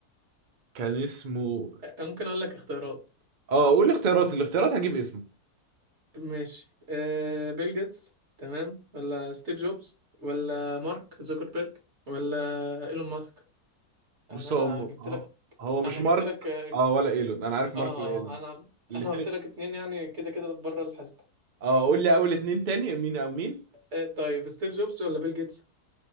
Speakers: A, on the right; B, on the right.
A: <laughs> كان اسمه
B: ممكن اقول لك اختيارات
A: اه قول الاختيارات الاختيارات هجيب اسمه
B: ماشي آه، بيل جيتس تمام ولا ستيف جوبز ولا مارك زوكربيرج ولا ايلون ماسك
A: بص
B: انا انا
A: هو
B: جبت
A: هو
B: لك
A: هو مش
B: انا
A: مارك
B: جبت لك آه،
A: اه ولا ايلون انا عارف مارك
B: اه
A: وايلون
B: اه، انا
A: الاثنين
B: انا قلت لك اتنين يعني كده كده بره الحسبة
A: اه قول لي اول اتنين تاني مين او مين
B: آه، طيب ستيف جوبز ولا بيل جيتس